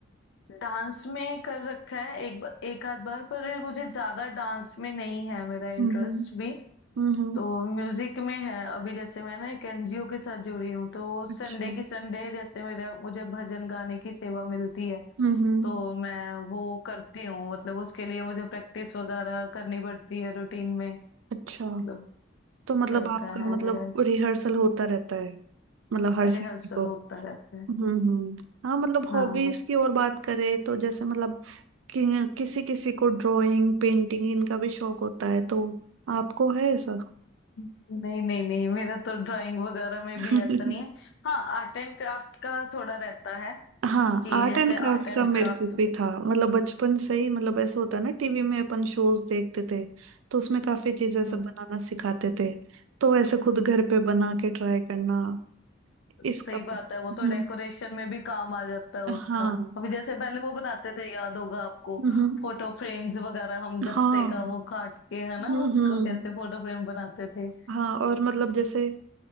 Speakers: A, on the left; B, on the right.
A: डांस में कर रखा है एक ब- एक आध बार पर मुझे ज्यादा डांस में नहीं है मेरा इंटरेस्ट
B: हम्म हम्म
A: भी
B: हम्म, हम्म,
A: तो म्यूजिक में है अभी जैसे मैं ना एक एनजीओ के साथ जुड़ी हूँ तो वो संडे
B: अच्छा
A: की संडे जैसे मेरा मुझे भजन गाने की सेवा मिलती है
B: हम्म हम्म,
A: तो मैं वो करती हूँ मतलब उसके लिए मुझे प्रैक्टिस वगैरह करनी पड़ती है रूटीन में
B: अच्छा
A: मतलब
B: तो मतलब
A: चलता
B: आपका
A: है
B: मतलब
A: मेरा
B: रिहर्सल होता रहता है मतलब हर
A: रिहर्सल
B: सीख को
A: होता रहता
B: हम्म
A: है
B: हम्म हाँ मतलब
A: हाँ
B: हॉबीज की और बात करें तो जैसे मतलब कि, किसी किसी को ड्राइंग पेंटिंग इनका भी शौक होता है तो आपको है ऐसा
A: नहीं नहीं नहीं मेरा तो ड्राइंग वगैरह में
B: <laughs>
A: भी
B: अच्छा
A: ऐसा नहीं है हाँ आर्ट एंड क्राफ्ट का थोड़ा रहता है
B: हाँ
A: कि
B: आर्ट
A: जैसे
B: एंड क्राफ्ट
A: आर्ट एंड
B: का मेरे
A: क्राफ्ट
B: को भी था मतलब बचपन से ही मतलब ऐसा होता ना टीवी में अपन शोज देखते थे तो उसमें काफी चीजें सब
A: हम्म
B: बनाना सिखाते थे तो ऐसे खुद घर पे बना के ट्राई करना इसका
A: सही
B: भी-
A: बात है वो तो
B: हम्म,
A: डेकोरेशन में भी काम आ जाता है उसका
B: हाँ
A: अभी जैसे पहले वो बनाते थे याद होगा आपको
B: हम्म
A: फोटो फ्रेम्स वगैरह हम गत्ते
B: हाँ
A: का
B: हम्म
A: वो काट के है ना
B: हम्म
A: उसको कैसे फोटो फ्रेम बनाते थे
B: हाँ और मतलब जैसे